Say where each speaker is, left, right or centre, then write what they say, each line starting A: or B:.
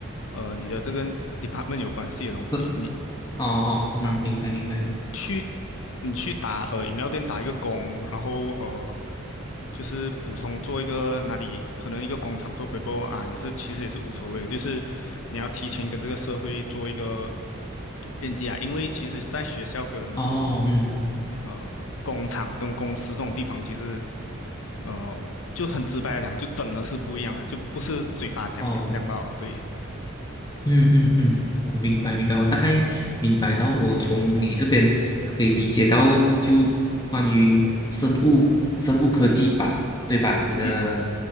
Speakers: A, on the left (about 70°); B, on the left (about 20°).
A: 呃，你的这个 department 有关系的东西，
B: 呃
A: 你
B: 哦哦，嗯，
A: 啊，
B: 明白明白，
A: 你去你去打呃饮料店打一个工，然后呃就是普通做一个哪里可能一个工厂做 paper 啊，也是其实也是无所谓的，就是你要提前跟这个社会做一个链接啊，因为其实在学校跟
B: 哦嗯嗯
A: 呃工厂跟公司这种地方，其实呃就很直白来讲，就真的是不一样了，就不是嘴巴讲讲这样吧，
B: 哦，
A: 对，
B: 嗯嗯嗯，我明白明白，我大概明白到，我从你这边可以理解到，就关于生物生物科技吧，对吧？你的
A: 嗯